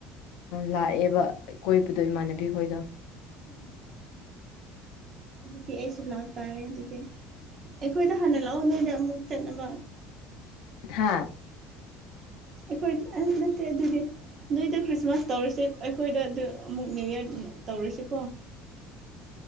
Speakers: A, on the left; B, on the right.
A: ꯂꯥꯛꯑꯦꯕ ꯑ ꯀꯣꯏꯕꯗꯣ ꯏꯃꯥꯟꯅꯕꯤ ꯈꯣꯏꯗꯣ
B: ꯑꯝ ꯑꯗꯨꯗꯤ ꯑꯩꯁꯨ ꯂꯥꯛꯇꯥꯔꯦ ꯑꯗꯨꯗꯤ ꯑꯩꯈꯣꯏꯗ ꯍꯥꯟꯅ ꯂꯥꯛꯑꯣ ꯅꯣꯏꯗ ꯑꯃꯨꯛ ꯆꯠꯅꯕ꯫
A: ꯍꯥꯥ
B: ꯑꯩꯈꯣꯏ ꯑ ꯅꯠꯇꯦ ꯑꯗꯨꯗꯤ ꯅꯣꯏꯗ ꯈ꯭ꯔꯤꯁꯃꯥꯁ ꯇꯧꯔꯁꯤ ꯑꯩꯈꯣꯏꯗ ꯑꯗꯨ ꯑꯃꯨꯛ ꯅꯤꯎꯌꯥꯔ ꯇꯧꯔꯁꯤꯀꯣ